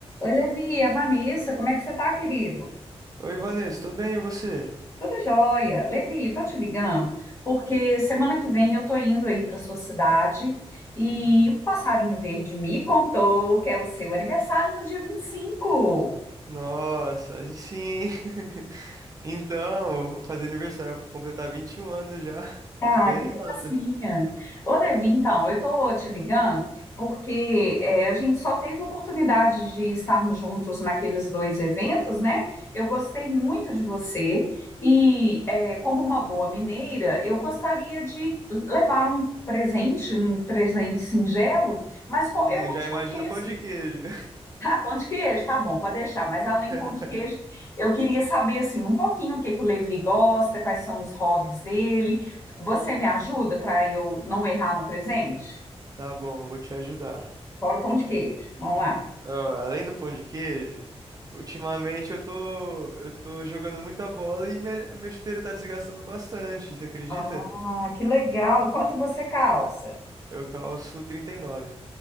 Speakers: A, on the left (about 25°); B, on the right (about 35°).
A: Oi, Levi, a Vanessa, como é que você tá, querido?
B: Oi, Vanessa, tô bem, e você?
A: Tudo jóia. Levi, tô te ligando porque semana que vem eu tô indo aí pra sua cidade e
B: Ah,
A: o passarinho verde me contou que é o seu aniversário no dia 25.
B: Nossa, aí sim. <laughs> Então, vou fazer aniversário, vou completar 21 anos já. <laughs>
A: Ah,
B: Tô bem
A: que
B: animada.
A: gracinha. Ô, Levi, então, eu tô te ligando porque é, a gente só teve oportunidade de estarmos juntos naqueles dois eventos, né? Eu gostei muito de você e, é, como uma boa mineira, eu gostaria de levar um presente, um presente singelo, mas co-
B: Hum,
A: eu não
B: já
A: te
B: imagino
A: conheço.
B: o pão de queijo.
A: Pão de queijo, tá bom, pode deixar. Mas além
B: <laughs>
A: do pão de queijo, eu queria saber assim um pouquinho o que que o Levi gosta, quais são os hobbies dele. Você me ajuda para eu não errar no presente?
B: Tá bom, eu vou te ajudar.
A: Fora o pão de queijo. Vamos lá.
B: Ó, além do pão de queijo, ultimamente eu tô, eu tô jogando muita bola e minha, minha chuteira tá desgastando bastante, você acredita?
A: Ah, que legal. E quanto você calça?
B: Eu calço 39.